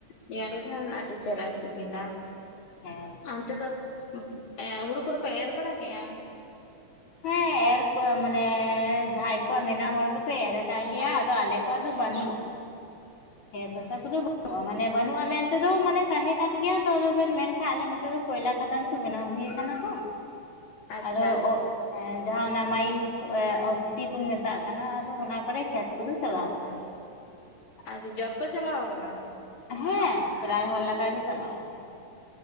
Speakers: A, on the left; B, on the left.
A: ᱧᱮᱞ ᱞᱮᱠᱷᱟᱱ ᱟᱹᱰᱤ ᱪᱮᱦᱨᱟ ᱥᱤᱵᱤᱞᱟ
B: ᱦᱮᱸ
A: ᱚᱱᱛᱮ ᱫᱚ ᱮᱸ ᱦᱩᱲᱩ ᱠᱚᱫᱚ ᱯᱮ ᱮᱨ ᱵᱟᱲᱟ ᱠᱮᱜᱼᱟ᱾
B: ᱦᱮᱸ ᱮᱨ ᱠᱚᱭᱟ ᱢᱟᱱᱮ ᱡᱟᱦᱟᱸᱭ ᱠᱚᱣᱟᱜ ᱢᱮᱱᱟᱜ ᱦᱚᱲ ᱫᱚᱠᱚ ᱮᱨ ᱟᱠᱟᱜ ᱜᱮᱭᱟ ᱟᱫᱚ ᱟᱞᱮ ᱠᱚᱣᱟᱜ ᱫᱚ ᱵᱟᱹᱱᱩᱜᱼᱟ᱾ <inaudible> ᱠᱷᱮᱛᱽ ᱦᱟᱥᱟ ᱠᱚᱫᱚ ᱵᱟᱹᱱᱩᱜᱼᱟ ᱢᱟᱱᱮ ᱵᱟᱹᱱᱩᱜᱼᱟ ᱢᱮᱱᱛᱮᱫᱚ ᱢᱟᱱᱮ ᱛᱟᱦᱮᱸ ᱠᱟᱱ ᱜᱮᱭᱟ ᱛᱚ ᱟᱫᱚᱵᱮᱱ ᱢᱮᱱᱠᱷᱟᱱ ᱟᱞᱮ ᱱᱚᱛᱮ ᱫᱚ ᱠᱚᱭᱞᱟ ᱠᱷᱟᱫᱟᱱ ᱠᱚ ᱵᱮᱱᱟᱣ ᱦᱩᱭ ᱠᱟᱱᱟ ᱛᱚ
A: ᱟᱪᱪᱷᱟ
B: ᱟᱫᱚ ᱦᱮᱸ ᱡᱟᱦᱟᱸ ᱚᱱᱟ ᱢᱟᱭᱤᱱᱥ ᱚ ᱚᱥᱤᱴᱤ ᱵᱚᱱ ᱢᱮᱛᱟᱜ ᱠᱟᱱᱟ ᱟᱫᱚ ᱚᱱᱟ ᱠᱚᱨᱮ ᱠᱷᱮᱛ ᱠᱚ ᱫᱚ ᱪᱟᱞᱟᱣ ᱠᱟᱱᱟ᱾
A: ᱟᱫᱚ ᱡᱷᱚᱛᱚ ᱪᱟᱞᱟᱣ ᱠᱟᱱᱟ᱾
B: ᱦᱮᱸ ᱯᱮᱨᱟᱭ ᱦᱚᱲ ᱞᱮᱠᱟ ᱜᱮ ᱪᱟᱞᱟᱣ ᱠᱟᱱᱟ ᱾